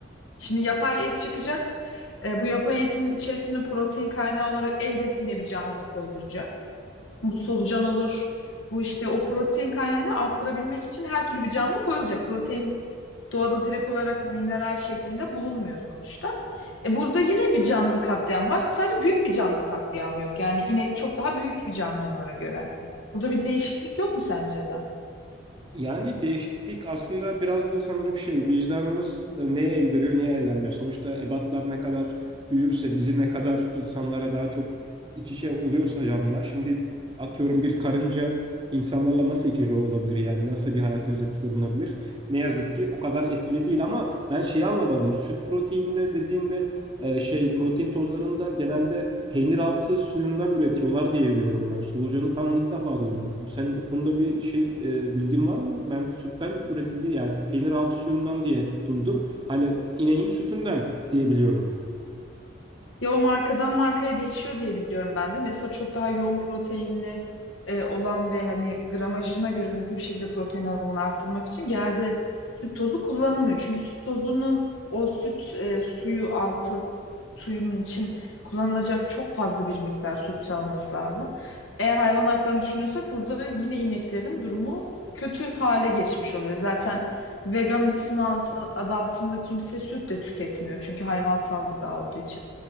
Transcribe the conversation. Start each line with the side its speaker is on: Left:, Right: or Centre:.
Left: Şimdi yapay et çıkacak. E, bu yapay etin içerisine protein kaynağı olarak elbet yine bir canlı koyulacak. Bu solucan olur. Bu işte o protein kaynağını arttırabilmek için her türlü bir canlı koyulacak. Protein doğada direkt olarak mineral şeklinde bulunmuyor sonuçta. E burada yine bir canlı katliam var. Sadece büyük bir canlı katliamı yok. Yani inek çok daha büyük bir canlı onlara göre. Burada bir değişiklik yok mu sence de?
Right: Yani değişiklik aslında biraz da sanırım şey vicdanımız e, neye el veriyor neye el vermiyor. Sonuçta ebatlar ne kadar büyürse bizi ne kadar insanlara daha çok iç içe oluyorsa canlılar. Şimdi atıyorum bir karınca insanlarla nasıl iç içe olabilir yani nasıl bir hayatımız etkide bulunabilir? Ne yazık ki o kadar etkili değil ama ben şeyi anlamadım. Süt proteinde dediğinde e, şey protein tozlarında genelde peynir altı suyundan üretiyorlar diye biliyorum ben. Solucanı falan ilk defa duydum. Sen o konuda bir şey e, bilgin var mı? Ben sütten üretildiği yani peynir altı suyundan diye duydum. Hani ineğin sütünden diye biliyorum.
Left: Ya o markadan markaya değişiyor diye biliyorum ben de. Mesela çok daha yoğun proteinli e, olan ve hani gramajına göre hızlı bir şekilde protein alımını arttırmak için genelde süt tozu kullanılmıyor. Çünkü süt tozunun o süt e, suyu altı suyunun için kullanılacak çok fazla bir miktar süt salması lazım. Eğer hayvan haklarını düşünüyorsak burada yine ineklerin durumu kötü hale geçmiş oluyor. Zaten vegan ismi altı, adı altında kimse süt de tüketmiyor çünkü hayvansal gıda olduğu için.